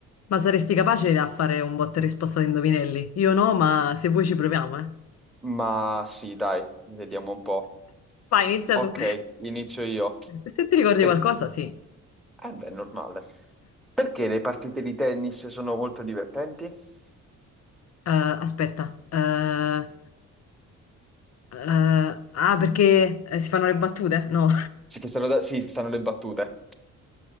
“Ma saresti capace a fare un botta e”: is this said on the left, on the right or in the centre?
Left